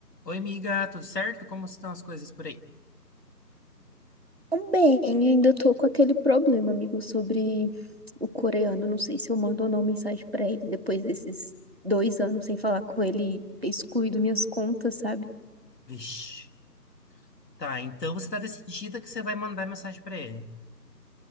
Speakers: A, on the left; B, on the right.
A: Oi, amiga, tudo certo? Como estão as coisas por aí?
B: Bem, ainda tô com aquele problema, amigo, sobre o coreano. Não sei se eu mando ou não mensagem pra ele depois desses dois anos sem falar com ele, e ter excluído minhas contas, sabe?
A: Vixe. Tá, então você tá decidida que você vai mandar mensagem pra ele.